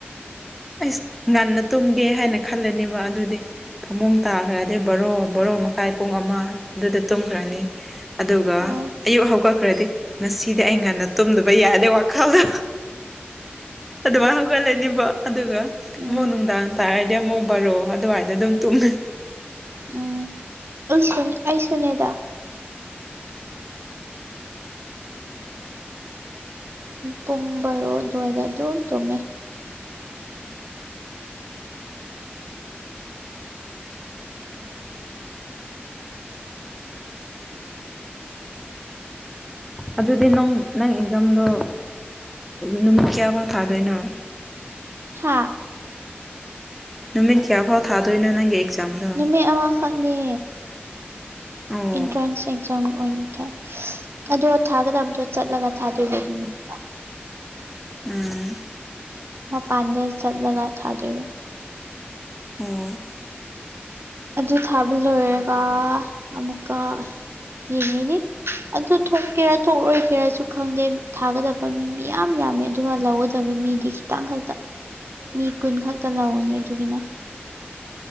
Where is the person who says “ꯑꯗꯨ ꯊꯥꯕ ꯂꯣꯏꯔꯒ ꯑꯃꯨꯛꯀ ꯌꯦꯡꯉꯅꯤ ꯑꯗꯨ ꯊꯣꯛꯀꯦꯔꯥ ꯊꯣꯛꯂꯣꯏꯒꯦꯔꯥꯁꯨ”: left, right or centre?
Right